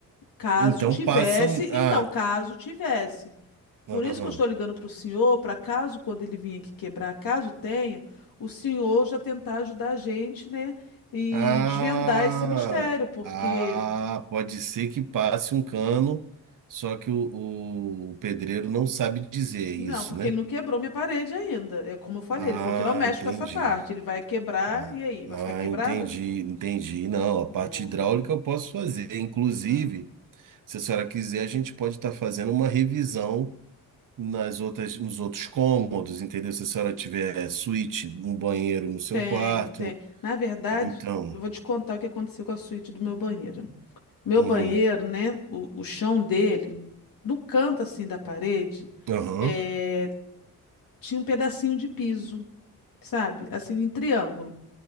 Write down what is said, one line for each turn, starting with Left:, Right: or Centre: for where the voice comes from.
Left: caso
Right: Então
Left: tivesse,
Right: passam. Ah,
Left: então, caso tivesse. Por
Right: aham.
Left: isso que eu estou ligando para o senhor, para caso quando ele vir aqui quebrar, caso tenha, o senhor já tentar ajudar a gente, né, e
Right: Ah,
Left: desvendar esse mistério, porque
Right: ah, pode ser que passe um cano, só que o, o pedreiro não sabe dizer é
Left: Não,
Right: isso,
Left: porque
Right: né?
Left: ele não quebrou minha parede ainda. É como eu falei,
Right: Ah,
Left: ele falou que não mexe
Right: entendi.
Left: com essa parte. Ele vai quebrar
Right: Ah,
Left: e aí, vai
Right: ah,
Left: ficar quebrado?
Right: entendi, entendi. Não, a
Left: Hum,
Right: parte hidráulica eu posso fazer. Inclusive,
Left: hum.
Right: se a senhora quiser, a gente pode estar fazendo uma revisão nas outras, nos outros cômodos, entendeu? Se a senhora tiver suíte, um banheiro no seu
Left: Tem,
Right: quarto.
Left: tem. Na verdade,
Right: Então,
Left: eu vou te contar o que aconteceu com a suíte do meu banheiro. Meu
Right: uhum.
Left: banheiro, né? O, o chão dele, no canto assim da parede,
Right: Aham,
Left: é, tinha um pedacinho de piso, sabe? Assim, em triângulo.